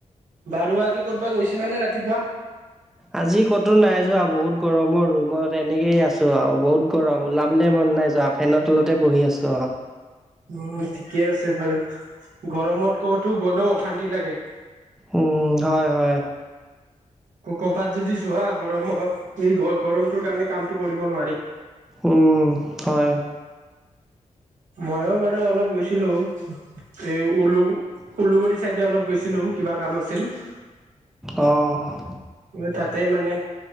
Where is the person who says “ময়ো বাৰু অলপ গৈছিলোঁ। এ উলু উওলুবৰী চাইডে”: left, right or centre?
Right